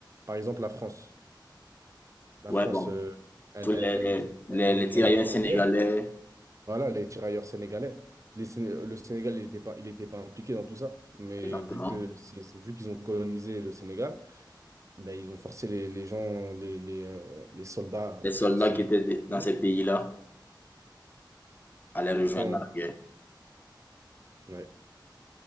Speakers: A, on the right; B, on the left.
A: par exemple, la France. La
B: ouais,
A: France,
B: bon,
A: euh, elle,
B: tous les,
A: elle, elle
B: les,
A: était,
B: les-
A: elle, elle
B: les
A: était
B: tirailleurs
A: elle était en
B: sénégalais,
A: guerre. Voilà, les tirailleurs sénégalais. Les Séné- le Sénégal, il n'était pas, il était pas impliqué dans tout ça. Mais
B: exactement,
A: vu que c'est, c'est- vu qu'ils ont colonisé le Sénégal, ben, ils ont forcé les, les gens, les, les, euh, les soldats
B: les soldats
A: sénégalais
B: qui étaient de-
A: à
B: dans
A: y aller.
B: ces pays-là allaient rejoindre
A: Pourtant,
B: la guerre.
A: ouais,